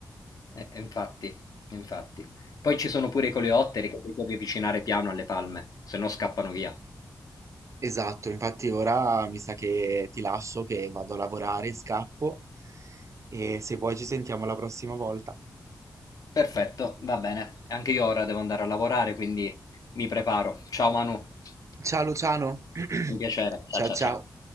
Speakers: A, on the left (about 60°); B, on the right (about 45°).
A: Eh, eh, infatti, infatti. Poi ci sono pure i coleotteri che ti devi avvicinare piano alle palme, se no scappano via.
B: Esatto, infatti ora mi sa che ti lascio che vado a lavorare, scappo e se vuoi ci sentiamo la prossima volta.
A: Perfetto, va bene. Anche io ora devo andare a lavorare, quindi mi preparo. Ciao Manu, è
B: Ciao Luciano, <clears throat>
A: stato un piacere. Ciao
B: ciao
A: ciao
B: ciao.
A: ciao.